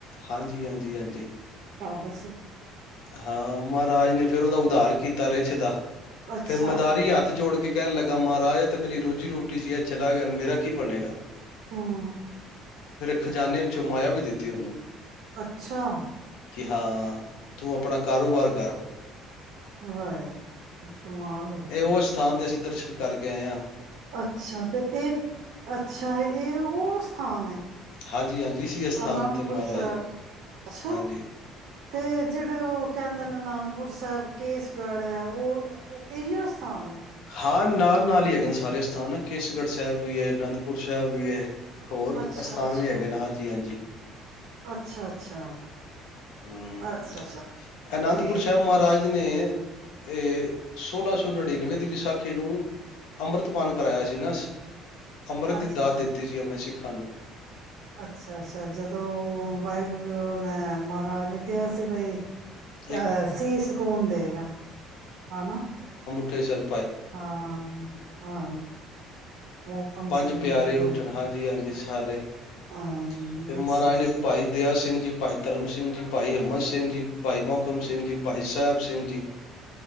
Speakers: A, on the left; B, on the right.
A: ਹਾਂਜੀ ਹਾਂਜੀ ਹਾਂਜੀ
B: ਬਸ
A: ਹਾਂ ਮਹਾਰਾਜ ਨੇ ਫਿਰਰਦਾ ਉਦਾਹਾਰ ਕੀਤਾ ਰਿੱਛਦਾ
B: ਅੱਛਾ
A: ਫੇਿਰ ਮਦਾਰੀ ਹੱਥ ਜੋੜ ਕੇ ਕਹਿਣ ਲੱਗਾ ਮਹਾਰਾਜ ਹੈ ਤੇ ਮੇਰੀ ਰੋਜ਼ੀ ਰੋਟੀ ਸੀ ਇਹ ਚਲਾ ਗਿਆ ਮੇਰਾ ਕੀ ਬਣੇਗਾ
B: ਹਾਂ
A: ਖਜਾਨੇ ਵਿੱਚੋਂ ਮਾਇਆ ਵੀ ਦਿੱਤੀ ਉਹਨੂੰ
B: ਅੱਛਾ
A: ਕਿ ਹਾਂ ਤੂੰ ਆਪਣਾ ਕਾਰੋਬਾਰ ਕਰ
B: <unintelligible> ਕਮਾਲ ਹੋ
A: ਇਹ
B: ਗਈ
A: ਉਹ ਅਸਥਾਨ ਦੇ ਅਸੀਂ ਦਰਸ਼ਨ ਕਰਕੇ ਆਏਆਾਂ
B: ਅੱਛਾ ਤੇ ਇਹ ਅੱਛਾ ਇਹ ਉਹ ਸਥਾਨ ਹੈ
A: ਹਾਂਜੀ ਹਾਂਜੀ ਸੀ ਅਸਥਾਨ
B: ਅਨੰਦਪੁਰ
A: ਤੇ ਮਹਾਰਾਜ
B: ਸਾਹਿਬ ਅੱਛਾ
A: ਹਾਂਜੀ
B: ਤੇ ਜਿਹੜੇ ਉਹ ਕਹਿੰਦੇ ਨੇ ਅਨੰਦਪੁਰ ਸਾਹਿਬ ਕੇਸਗੜ੍ਹ ਹੈ ਉਹ ਇਹੀਓ ਸਥਾਨ ਹੈ
A: ਹਾਂ ਨਾਲ ਨਾਲ ਹੀ ਹੈਗੇ ਨੇ ਸਾਰੇ ਸਥਾਨ ਆ ਕੇਸਗੜ੍ਹ ਸਾਹਿਬ ਵੀ ਹੈ ਅਨੰਦਪੁਰ ਸਾਹਿਬ ਵੀ ਹੈ ਹੋਰ
B: ਅੱਛਾ
A: ਅਸਥਾਨ
B: ਅੱਛਾ
A: ਵੀ ਹੈਗੇ ਨੇ ਹਾਂਜੀ ਹਾਂਜੀ
B: ਅੱਛਾ ਅੱਛਾ
A: ਹਮ
B: ਅੱਛਾ ਅੱਛਾ
A: ਅਨੰਦਪੁਰ
B: ਠੀਕ
A: ਸਾਹਿਬ
B: ਹੈ
A: ਮਹਾਰਾਜ ਨੇ ਇਹ ੋਲਾਂ ਸੌ ਨੜਿਨਵੇਂ ਦੀ ਵਿਸਾਖੀ ਨੂੰ ਅੰਮ੍ਰਿਤਪਾਨ ਕਰਾਇਆ ਸੀ ਨਾ ਅੰਮ੍ਰਿਤ ਦੀ
B: ਅੱਛਾ
A: ਦਾਤ
B: ਅੱਛਾ
A: ਦਿੱਤੀ ਸੀ ਆਪਣੇ ਸਿੱਖਾਂ ਨੂੰ
B: ਅੱਛਾ ਅੱਛਾ ਜਦੋਂ ਵਾਹਿਗੁਰੂ ੈਂ ਮਹਾਰਾਜ ਨੇ ਕਿਹਾ ਸੀ ਬਈ
A: ਇੱਕ
B: ਅਹ ਸੀ ਸਕੂਨ ਦੇਗਾ ਹਨਾ
A: ਠੇਸਸ਼ਨ
B: ਹਾਂ ਹਾਂ ਮੋਹਕਮ
A: ਪੰਜ
B: ਸਿੰਘ
A: ਪਿਆਰੇ
B: ਜੀ
A: ਉਊੱਠਣ
B: ਤੇ
A: ਹਾਂਜੀ ਹਾਂਜੀ ਸਾਰੇ
B: ਹਾਂ
A: ਫ
B: ਅੱਛਾ
A: ਮਹਾਰਾਜ
B: ਅੱਛਾ
A: ਨੇ ਭਾਈ ਦਇਆ ਸਿੰਘ ਜੀ ਭਾਈ ਧਰਮ ਸਿੰਘ ਜੀ। ਭਾਈ ਹਿੰਮਤ ਸਿੰਘ ਜੀ, ਭਾਈ ਮੋਹਕਮ ਸਿੰਘ ਜੀ, ਭਾਈ ਸੈਬ ਸਿੰਘ ਜੀ।